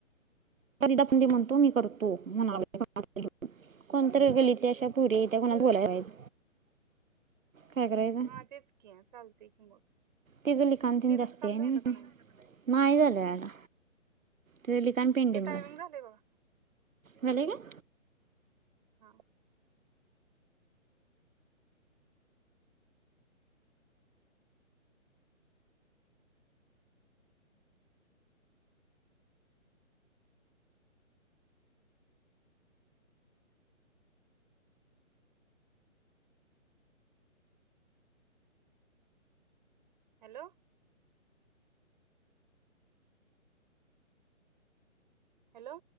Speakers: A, on the right; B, on the right.
A: कधी आपण ते म्हणतो मी करतो म्हना लागलोय कोणतरी गल्लीतल्या अशा पुरी त्यात कोणाला तर बोलायच काय करायचं?
B: हा तेच की चालतंय की मग
A: तीजं लिखान तेन
B: दिदीचं
A: जास्ती
B: काम
A: आहे
B: झालं
A: ना.
B: का नाही
A: नाई झालं आला. तीच लिखाण पेंडिंग
B: ते टायमिंग
A: हाय
B: झालंय बघा
A: झालेय का?
B: हा हॅलो हॅलो.